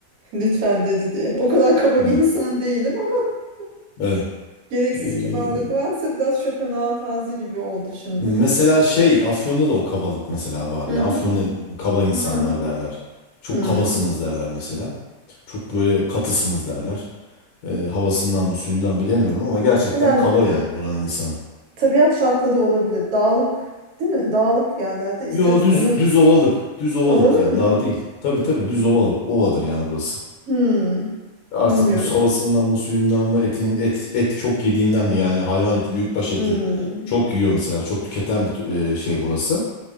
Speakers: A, on the right; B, on the left.
A: Lütfen dedi diye. O kadar kaba
B: Evet.
A: bir insan değilim ama <laughs>
B: Evet.
A: gereksiz
B: Ee,
A: kibarlık varsa biraz Schopenhauer tarzı gibi oldu şimdi.
B: mesela şey Afyon'da da o kabalık mesela var
A: Hı
B: ya.
A: hı.
B: Afyon'da kaba insanlar
A: Hı.
B: derler. Çok
A: Hı.
B: kabasınız derler mesela. Çok böyle katısınız derler. Ee, havasından mı suyundan bilemiyorum ama gerçekten
A: Herhalde
B: kaba yani buranın insanı.
A: tabiat şartları olabilir. Dağlık, değil mi? Dağlık yerlerde ister
B: Yo
A: istemez
B: düz düz ovalık. Düz ovalık
A: ovalık
B: yani
A: mı?
B: daha değil. Tabii tabii düz ovalık. Ovadır yani burası.
A: Hı.
B: Artık
A: Bilmiyorum.
B: bu havasından mı suyundan mı etin et et çok yediğinden mi yani hayvan eti büyükbaş eti
A: Hı.
B: çok yiyor mesela çok tüketen bir tu- e, şey burası.